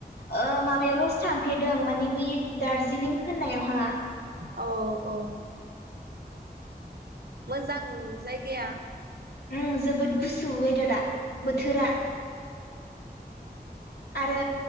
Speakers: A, on the left; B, on the right.
A: ओ माबायावल'सो थांफेरदों माने बै दारजिलिं होननायाव हा
B: औ औ मोजां जायगाया
A: उम जोबोद गुसु वेदारा। बोथोरा आरो